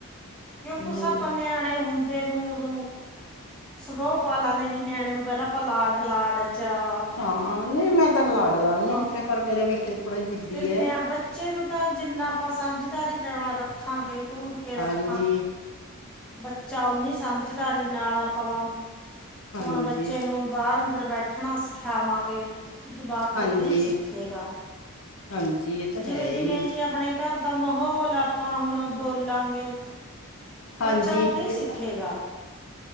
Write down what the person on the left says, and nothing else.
ਮੈਨੂੰ
ਤਾਂ
ਹਾਂ ਨਹੀਂ ਮੈਂ ਤੈ ਲਾਡਲਾਾਂ ਵੀ ਨ
ਰੱਖਿਆ ਪਰ ਮੇਰੇ ਬੇਟੇ ਥੋੜਾ ਜਿੱਦੀ
ਹੈ
ਹਾਂਜੀ
ਹਾਂਜੀ
ਹਾਂਜੀ
ਹਾਂਜੀ ਇਹ ਤਾਂ
ਹੈ ਹੀ
ਹਾਂਜੀ
ਇਹ
ਤਾਂ